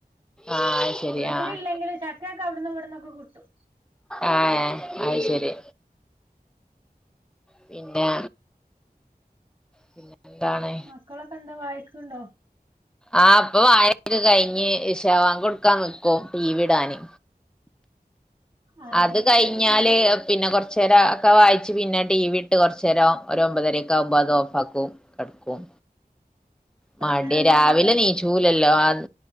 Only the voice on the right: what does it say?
വീട്ടിലില്ലെങ്കിലും
ച ക്കയൊക്കെ അവട്ന്നും ഇവട്ന്നൊക്കെ കിട്ടും
ഉം
മക്കളൊക്കെന്താ വായിക്ക്ണ്ടോ
ആഹ്
ശരി
അങ്ങനെല്ലേ